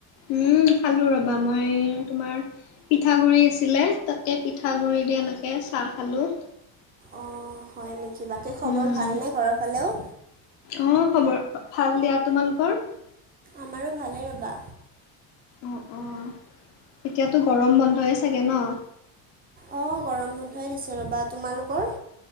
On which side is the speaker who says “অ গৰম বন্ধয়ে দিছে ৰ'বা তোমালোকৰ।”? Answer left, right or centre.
Right